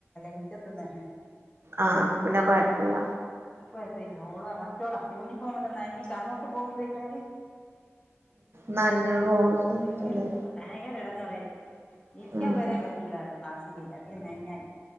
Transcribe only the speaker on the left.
<unintelligible> മറ്റത്തന്ന് തന്ന
കുഴപ്പില്ല ഓളാ മറ്റോളാ യൂണിഫോം എല്ലാം നനീട്ട് അങ്ങോട്ട് പോകുമ്പോഴട്ടാല്
ഉം ഭയങ്കര ഇടങ്ങേറായിരിക്കാ ഇരിക്കാൻ
വരെ പറ്റൂലാലോ ക്ലാസില് അധികം നനഞ്ഞാൽ